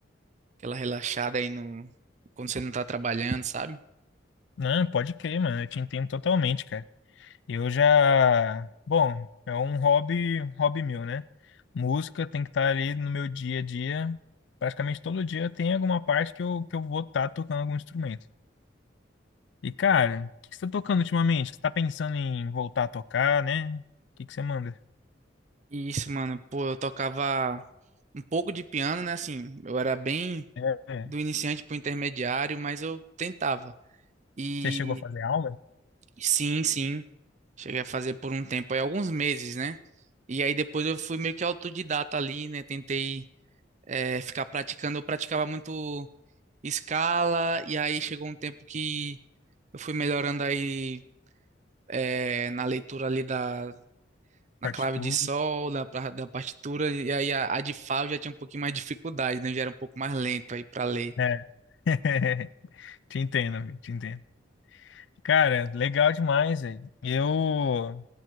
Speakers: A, on the right; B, on the left.
A: aquela relaxada aí no, quando você não tá trabalhando, sabe?
B: não, pode crer, mano. Eu te entendo totalmente, cara. Eu já. Bom, é um hobby, um hobby meu, né? Música tem que estar ali no meu dia a dia. Praticamente todo dia tem alguma parte que eu, que eu vou estar tocando algum instrumento. E, cara, o que que você tá tocando ultimamente? Você tá pensando em voltar a tocar, né? O que que você manda?
A: E isso, mano, pô, eu tocava um pouco de piano, né? Assim, eu era bem
B: É. é.
A: do iniciante para o intermediário, mas eu tentava. E
B: Você chegou a fazer aula?
A: sim, sim, cheguei a fazer por um tempo, aí alguns meses, né? E aí depois eu fui meio que autodidata ali, né? Tentei eh, ficar praticando, eu praticava muito escala, e aí chegou um tempo que eu fui melhorando aí eh, na leitura ali da, na
B: Partitura.
A: clave de sol, da, pra- da partitura, e aí a, a de Fá eu já tinha um pouquinho mais de dificuldade, né? Eu já era um pouco mais lento aí para ler.
B: É. <laughs> Te entendo, amigo, te entendo. Cara, legal demais, velho. Eu,